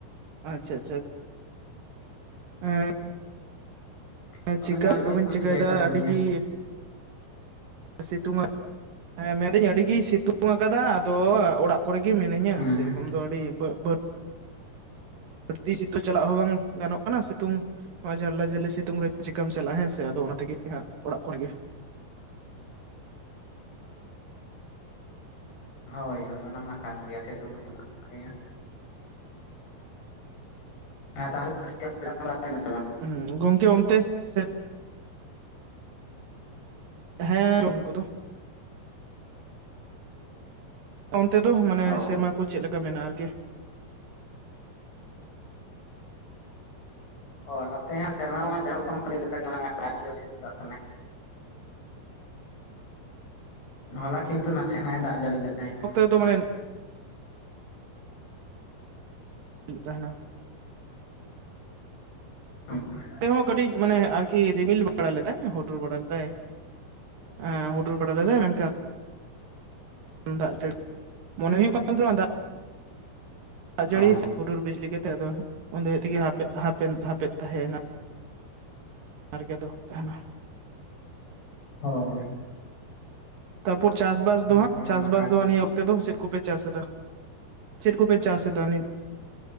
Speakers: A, on the right; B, on the left.
A: ᱟᱪᱪᱷᱟ ᱟᱪᱪᱷᱟ ᱮᱻ
B: ᱛᱟᱵᱚᱱᱟ
A: ᱪᱤᱠᱟ
B: ᱢᱮᱱᱮ ᱟᱢ
A: ᱪᱮᱫ ᱦᱚ ᱵᱟᱹᱧ
B: ᱠᱚᱢ
A: ᱪᱮᱤᱠᱟᱹᱭᱮᱫᱟ
B: ᱪᱤᱠᱟᱹᱭ ᱛᱟᱵᱚᱱ
A: ᱟᱹᱰᱤᱜᱮ
B: ᱜᱮᱭᱟ?
A: ᱥᱤᱛᱩᱝᱟ ᱦᱮᱸ ᱢᱮᱱᱫᱟᱹᱧ ᱟᱹᱰᱤ ᱜᱮ ᱥᱤᱛᱩᱝ ᱟᱠᱟᱫᱟ ᱟᱫᱚ ᱚᱲᱟᱜ ᱠᱚᱨᱮ ᱜᱮ ᱢᱤᱱᱟᱹᱧ-ᱟ
B: ᱦᱩᱸ
A: ᱥᱮᱨᱚᱠᱚᱢ ᱫᱚ ᱟᱹᱰᱤ <unintelligible> ᱫᱷᱟᱹᱲᱛᱤ <unintelligible> ᱥᱤᱛᱩ <unintelligible> ᱪᱟᱞᱟᱜ ᱦᱚᱸ ᱵᱟᱝ ᱜᱟᱱᱚᱜ ᱚᱱᱟ ᱥᱤᱛᱩᱝ ᱱᱚᱣᱟ ᱡᱷᱟᱞᱞᱟ ᱡᱷᱟᱹᱞᱤ ᱥᱤᱛᱩᱝ ᱨᱮ ᱪᱤᱠᱟᱢ ᱪᱟᱞᱟᱜ-ᱟ ᱦᱮᱸᱥᱮ ᱟᱫᱚ ᱚᱱᱟ ᱛᱮᱜᱮ ᱦᱟᱸᱜ ᱚᱲᱟᱜ ᱠᱚᱨᱮ ᱜᱮ᱾
B: ᱦᱳᱭ ᱦᱳᱭ ᱚᱱᱟ ᱢᱟ ᱠᱟᱱ ᱜᱮᱭᱟ ᱥᱤᱛᱩᱝ ᱠᱟᱜ <inaudible> ᱜᱮ ᱦᱮᱸ <inaudible> ᱛᱟᱦᱚᱞᱮ <inaudible> ᱵᱟᱝ
A: ᱦᱩ ᱜᱚᱢᱠᱮ ᱜᱚᱢᱠᱮ ᱚᱱᱛᱮ ᱥᱮᱫ? ᱦᱮᱸᱻ ᱡᱚᱢ ᱠᱚᱫᱚ ᱚᱱᱛᱮ ᱫᱚ ᱢᱟᱱᱮ
B: ᱚ
A: ᱥᱮᱨᱢᱟ ᱠᱚ ᱪᱮᱫ ᱞᱮᱠᱟ ᱢᱮᱱᱟᱜᱼᱟ ᱟᱨᱠᱤ?
B: ᱚ ᱱᱚᱛᱮ ᱦᱚᱸ ᱥᱮᱨᱢᱟ ᱦᱚᱸ ᱡᱟ ᱨᱚᱠᱚᱢ ᱯ <unintelligible> ᱞᱮᱠᱟ ᱜᱮ ᱢᱮᱱᱟᱜᱼᱟ ᱟᱹᱰᱤ ᱡᱳᱨ ᱥᱤᱫᱩᱠᱟᱜ ᱠᱟᱱᱟᱭ᱾ ᱦᱚᱞᱟ ᱠᱤᱱᱛᱩ ᱱᱟᱥᱮ ᱱᱟᱜᱼᱮ ᱫᱟᱜ ᱡᱟᱹᱲᱤ ᱞᱮᱫ ᱛᱟᱦᱮᱸ ᱠᱟᱱᱟ
A: ᱛᱚ ᱢᱟᱱᱮ <unintelligible> ᱛᱟᱦᱮᱱᱟ
B: <unintelligible>
A: ᱱᱚᱛᱮ ᱦᱚ ᱠᱟᱹᱴᱤᱡ ᱢᱟᱱᱮ ᱟᱨᱠᱤ ᱨᱤᱢᱤᱞ ᱵᱟᱲᱟ ᱞᱮᱫᱟᱭ ᱦᱩᱰᱩᱨ ᱵᱟᱲᱟ ᱞᱮᱫᱟᱭ᱾ ᱮᱸ ᱦᱩᱰᱩᱨ ᱵᱟᱲᱟ ᱞᱮᱫᱟᱭ ᱢᱮᱱᱠᱷᱟᱱ <inaudible> ᱫᱟᱜ ᱡᱟᱹᱲᱤ <inaudible> ᱢᱚᱱᱮ ᱦᱩᱭᱩᱜ ᱠᱟᱱ ᱛᱟᱦᱮᱸᱜᱼᱟ ᱫᱟᱜ ᱫᱟᱜ
B: ᱚ
A: ᱡᱟᱹᱲᱤ ᱦᱩᱰᱩᱨ ᱵᱤᱡᱽᱞᱤ ᱠᱟᱛᱮᱜ ᱟᱫᱚ ᱩᱱ <unintelligible> ᱛᱮᱜᱮ ᱦᱟᱯᱮ ᱦᱟᱯᱮᱱ ᱦᱟᱯᱮᱫ ᱛᱟᱦᱮᱸ ᱮᱱᱟ᱾ ᱟᱨᱜᱮ ᱫᱚ ᱛᱟᱦᱮᱱᱟ᱾
B: ᱦᱚᱭ᱾
A: ᱛᱯᱚᱨ ᱪᱟᱥ ᱵᱟᱥ
B: ᱦᱩᱸ
A: ᱫᱚᱦᱟᱜ
B: ᱚᱱᱟ
A: ᱪᱟᱥᱵᱟᱥ
B: ᱢᱟ ᱠᱟᱱ
A: ᱫᱚᱦᱟ
B: ᱜᱮ
A: ᱱᱤᱭᱟᱹ ᱚᱠᱛᱚ ᱚᱱᱛᱮ ᱫᱚ ᱪᱮᱫ ᱠᱚᱯᱮ ᱪᱟᱥ ᱮᱫᱟ ᱪᱮᱫ ᱠᱚᱯᱮ ᱪᱟᱥ ᱮᱫᱟ ᱱᱤᱛ?